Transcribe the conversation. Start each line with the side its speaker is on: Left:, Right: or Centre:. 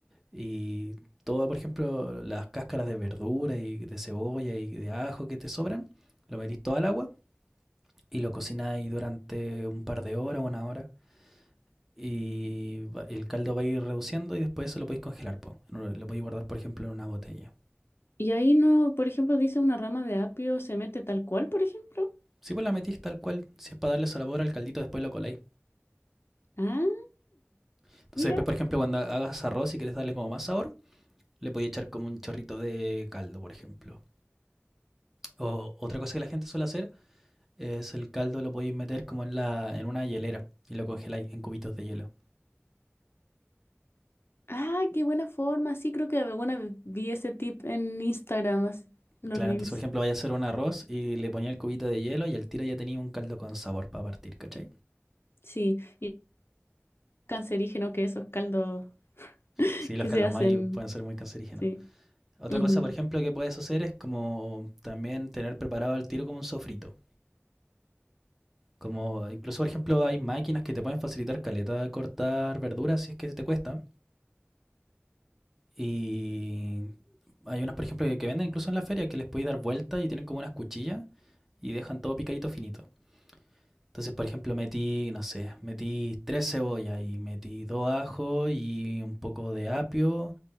Centre: y todas, por ejemplo, las cáscaras de verdura y de cebolla y de ajo que te sobran, lo metís todo al agua y lo cocináis durante un par de horas, una hora, y el caldo va a ir reduciendo y después eso lo podéis congelar, po. Lo podéis guardar, por ejemplo, en una botella.
Left: Y ahí no, por ejemplo, dice una rama de apio se mete tal cual, por ejemplo.
Centre: Si vos la metís tal cual, si es para darle sabor al caldito, después lo coláis.
Left: Ah,
Centre: Entonces
Left: mira.
Centre: después, por ejemplo, cuando hagas arroz y quieres darle como más sabor, le podéis echar como un chorrito de caldo, por ejemplo. O otra cosa que la gente suele hacer es el caldo lo podéis meter como en la, en una hielera y lo congeláis en cubitos de hielo.
Left: Ah, qué buena forma. Sí, creo que alguna vez vi ese tip en Instagram, así, en los
Centre: Claro,
Left: Reels.
Centre: entonces por ejemplo vaya a hacer un arroz y le ponía el cubito de hielo y al tiro ya tenía un caldo con sabor para partir, ¿cachai?
Left: Sí, y cancerígeno que esos caldos <laughs>
Centre: Sí, los
Left: que
Centre: caldos
Left: se hacen.
Centre: caldomagi pueden ser muy cancerígenos.
Left: Sí.
Centre: Otra
Left: ujú.
Centre: cosa, por ejemplo, que puedes hacer es como también tener preparado al tiro como un sofrito. Como incluso, por ejemplo, hay máquinas que te pueden facilitar caleta de cortar verduras si es que te cuesta. Y hay unas, por ejemplo, que, que venden incluso en la feria que les podéis dar vuelta y tienen como unas cuchillas y dejan todo picadito finito. Entonces, por ejemplo, metí, no sé, metí tres cebollas y metí dos ajos y un poco de apio,